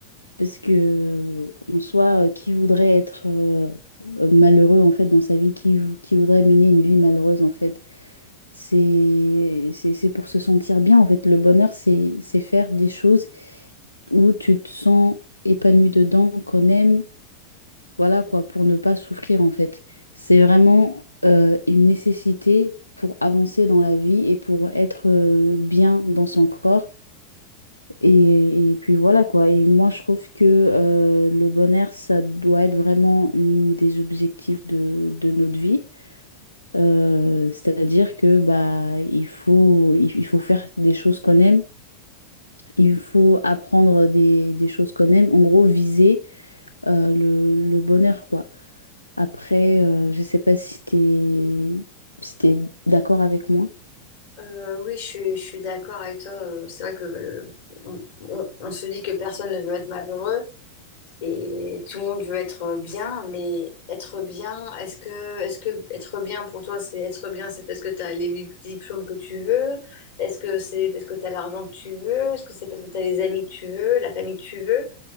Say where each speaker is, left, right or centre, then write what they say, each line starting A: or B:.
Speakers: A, on the left (about 85°); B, on the left (about 60°).
A: parce que, en soi, euh, qui voudrait être euh, euh, malheureux, en fait, dans sa vie, qui, vou- qui voudrait mener une vie malheureuse, en fait, c'est, c'est, c'est pour se sentir bien, en fait. Le bonheur, c'est, c'est faire des choses où tu te sens épanoui dedans, qu'on aime. Voilà quoi, pour ne pas souffrir en fait. C'est vraiment euh, une nécessité pour avancer dans la vie et pour être euh, bien dans son corps. Et, et puis voilà quoi. Et moi je trouve que euh, le bonheur, ça doit être vraiment une des objectifs de, de notre vie. Euh, c'est-à-dire que bah il faut, il, il faut faire des choses qu'on aime. Il faut apprendre des, des choses qu'on aime. En gros, viser euh, le, le bonheur, quoi. Après, euh, je sais pas si t'es si t'es d'accord avec moi.
B: Euh, oui, je suis, je suis d'accord avec toi. euh, C'est vrai que le- on, on- on se dit que personne ne veut être malheureux, Et tout le monde veut être bien, mais être bien, est-ce que, est-ce que être bien pour toi, c'est être bien, c'est parce que tu as les bi- diplômes que tu veux? Est-ce que c'est parce que tu as l'argent que tu veux? Est-ce que c'est parce que tu as les amis que tu veux, la famille que tu veux?